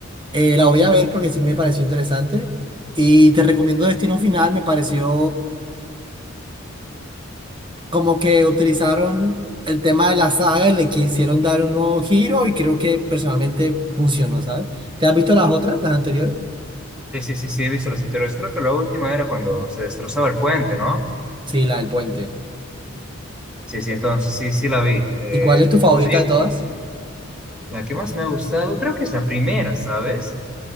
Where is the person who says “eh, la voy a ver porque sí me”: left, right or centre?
Right